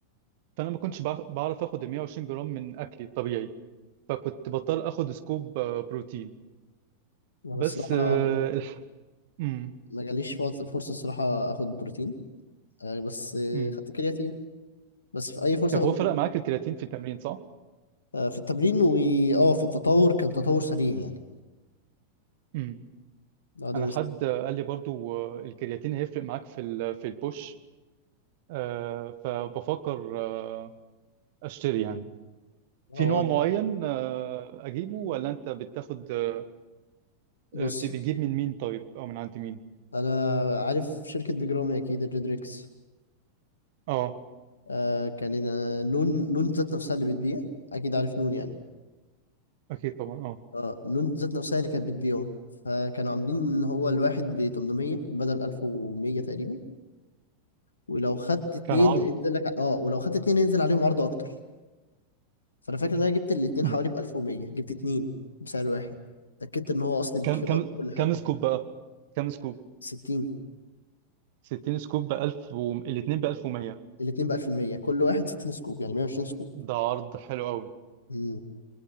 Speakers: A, on the right; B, on the left.
A: فانا ما كنتش بعرف بعرف اخد ال 120 جرام من اكلي الطبيعي فكنت بضطر اخد سكوب آه، بروتين
B: أنا
A: بس
B: الصراحة
A: آه، الح... مم.
B: ما جاليش فاص- فرصه الصراحه اخد بروتين آه، بس آه،
A: مم.
B: خدت كرياتين بس في اي فرصه
A: طب
B: اخد
A: هو فرق
B: بروتين
A: معاك الكرياتين في التمرين صح؟
B: آه، في التمرين واه في التطور كان تطور سريع يعني
A: مم.
B: لا ده
A: انا
B: مست...
A: حد آه، قال لي برضو آه، الكرياتين هيفرق معاك في ال- في البوش آه، فبفكر آه، اشتري يعني
B: هو
A: في نوع
B: أنا-
A: معين آه، اجيبه ولا انت بتاخد آه،
B: بص
A: بت- بتجيب من مين طيب او من عند مين
B: انا عارف شركه بيجرامي اكيد الريدريكس
A: اه
B: آه كان آه، نون نون ذات نفسها اللي بتبيع اكيد عارف نون يعني
A: اكيد طبعا اه
B: اه نون ذات نفسها اللي كانت بتبيعه فكانوا عاملين ان هو الواحد ب 800 بدل 1100 تقريبا ولو خدت اتنين
A: كان عرض
B: هينزل لك اه ولو خدت اتنين هينزل عليهم عرض اكتر فانا فاكر ان انا جبت الاتنين
A: مم.
B: حوالي ب 1100 جبت اتنين بسعر واحد اتاكدت ان هو اصلي بالكيو
A: كم كم
B: ار كل حاجه
A: كم سكوب بقى كم سكوب
B: 60
A: 60 سكوب ب 1000 و... الاثنين ب 1100
B: الاتنين ب 1000% كل واحد 60 سكوب يعني 120 سكوب
A: ده عرض حلو قوي
B: امم